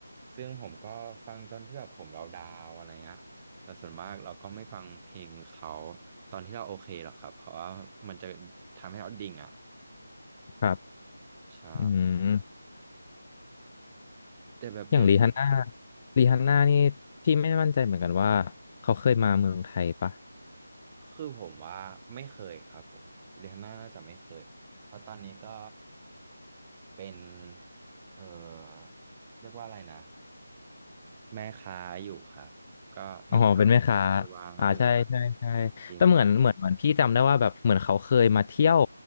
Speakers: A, on the right; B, on the left.
A: ซึ่งผมก็ฟังตอนที่แบบผมเราดาวน์อะไรเงี้ยแต่ส่วนมากเราก็ไม่ฟังเพลงเขาตอนที่เราโอเคหรอกครับ เพราะว่ามันจะทำให้เราดิ่งอ่ะ
B: ครับ
A: ใช่
B: อืม
A: แต่แบบเดี๋ยวนี้
B: อย่างรีฮันน่ารีฮันน่านี่พี่ไม่มั่นใจเหมือนกันว่าเขาเคยมาเมืองไทยปะ
A: คือผมว่าไม่เคยครับผมเรียนน่าจะไม่เคยเพราะตอนนี้ก็ เป็นเอ่อเรียกว่าอะไรนะแม่ค้าอยู่ครับก็น่าจะ
B: อ๋อเป็นแม่ค้า
A: ไม่ว่างแล้วแหละ
B: อ่าใช่ใช่ใช่
A: จริง
B: แต่เหมือนเหมือนเหมือนพี่จำได้ว่าแบบเหมือนเขาเคยมาเที่ยว